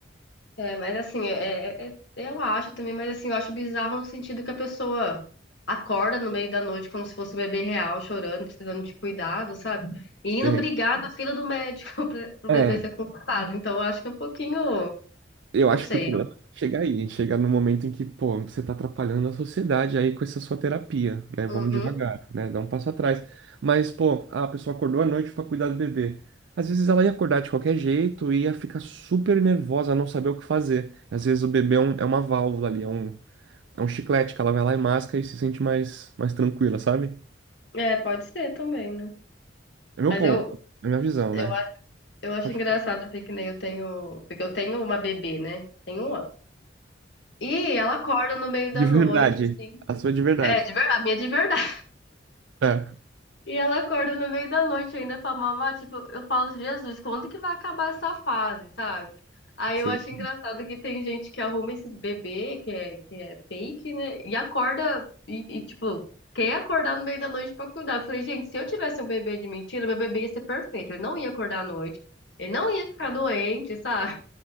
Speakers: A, on the left; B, on the right.
A: É, mas assim, é, é- é, eu acho também, mas assim, eu acho bizarro no sentido que a pessoa acorda no meio da noite como se fosse um bebê real, chorando, precisando de cuidado, sabe? E indo
B: Sei.
A: brigar na fila do médico <laughs> pra- pro
B: É,
A: bebê ser consultado. Então, eu acho que é um pouquinho,
B: Eu
A: não
B: acho
A: sei.
B: que o problema é chegar aí, chegar no momento em que, pô, você tá atrapalhando a sociedade aí com essa sua terapia, né? Vamos
A: Uhum.
B: devagar, né? Dá um passo atrás. Mas, pô, a pessoa acordou à noite pra cuidar do bebê. Às vezes ela ia acordar de qualquer jeito e ia ficar super nervosa, não saber o que fazer. Às vezes o bebê é, um- é uma válvula ali, é um, é um chiclete que ela vai lá e masca e se sente mais, mais tranquila, sabe?
A: É, pode ser também, né?
B: É meu
A: Mas
B: ponto,
A: eu,
B: é minha visão,
A: eu
B: né?
A: acho, eu acho
B: Pode...
A: engraçado, assim, que nem eu tenho, porque eu tenho uma bebê, né? Tenho um ano. E ela acorda no meio da
B: De verdade,
A: noite, assim.
B: a sua de verdade.
A: É, de verdade, a minha é de verdade.
B: Tá,
A: E ela acorda no meio da noite ainda pra mamar. Tipo, eu falo, Jesus, quando que vai acabar essa fase, sabe? Aí
B: sei.
A: eu acho engraçado que tem gente que arruma esse bebê, que é, que é fake, né? E acorda, e, e, tipo, quer acordar no meio da noite pra cuidar. Eu falei, gente, se eu tivesse um bebê de mentira, meu bebê ia ser perfeito. Ele não ia acordar à noite, ele não ia ficar doente, sabe?